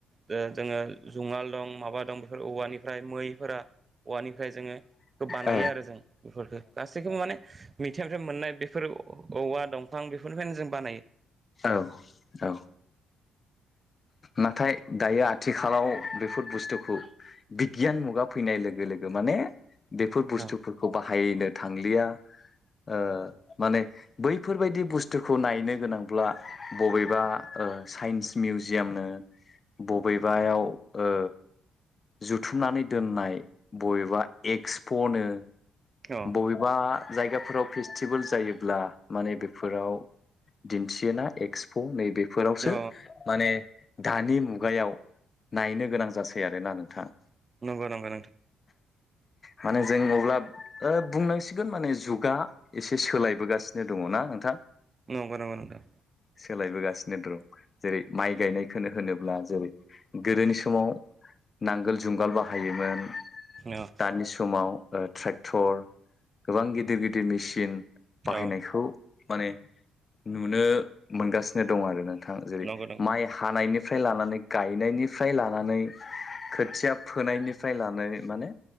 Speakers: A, on the right; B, on the left.
A: जोङो जुङाल दं माबा दं बेफोर औवानि ओमफ्राय मैफोरा औवानिफ्राय जोङो बेखौ बानायो
B: औ
A: आरो जों बेफोरफोरखो गासैखौबो माने मिथिंगानिफ्राय मोननाय बेफोर औवा दंफां बेफोरनिफ्रायनो जों बानायो
B: औ-औ नाथाय दायो आथिखालाव बेफोर बुस्थुखौ बिगियान मुगा फैनाय लोगो लोगो माने बेफोर बुस्थुफोरखौ
A: औ
B: बाहायनो थांलिया ओ माने बैफोरबायदि बुस्थुखौ नायनो गोनां अब्ला बबेबा ओ साइन्स मिउजियामनो बबेबायाव ओ जुथुमनानै दोननाय बबेबा एक्सप'नो
A: औ
B: बबेबा जायगाफोराव फेस्टिभेल जायोब्ला माने बेफोराव दिन्थियोना एक्सप' नैबेफोरावसो
A: औ
B: माने दानि मुगायाव नायनो गोनां जासै आरोना नोंथां।
A: नंगौ नंगौ नोंथां
B: माने जों अब्लाब ओ बुंनांसिगोन माने जुगा एसे सोलायबोगासिनो दङ' ना नोंथां
A: नंगौ नंगौ नोंथां
B: सोलायबोसिनो द्रं जेरै-माइ गायनायखोनो होनोब्ला जेरै गोदोनि स माव नांगोल जुंगाल बाहायोमोन
A: औ
B: दानि समाव ओ ट्रे क्टर गोबां गिदिर गिदिर मिसिन बाहायनायखौ
A: औ
B: माने नुनो मोनगासिनो दंआरो नोंथां जेरै
A: नंगौ नंगौ
B: माइ हानायनि फ्राय लानानै गायनायनिफ्राय लानानै खोथिया फोनायनिफ्राय लानानै माने